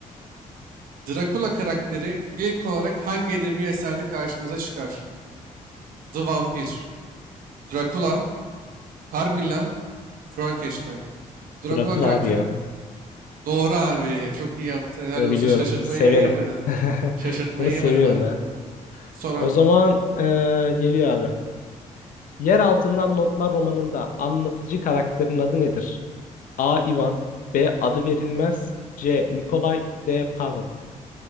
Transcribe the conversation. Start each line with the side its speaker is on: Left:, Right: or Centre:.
Right: Dracula karakteri ilk olarak hangi edebi eserde karşımıza çıkar? The Vampir, Dracula, Carmilla, Frankenstein. Dracula
Left: Drakula
Right: karakteri.
Left: abi ya.
Right: Doğru abi. Çok iyi yaptın. Helal
Left: Bunu
Right: olsun.
Left: biliyorum.
Right: Şaşırtmayı
Left: Severim.
Right: yemeden,
Left: <laughs>
Right: Şaşırtmayı
Left: Bunu seviyorum
Right: yemeden abi.
Left: ya.
Right: Sor abi.
Left: O zaman eee, geliyor abi. Yer Altından Notlar romanında anlatıcı karakterin adı nedir? A. Ivan B. Adı verilmez C. Nikolay D. Pavel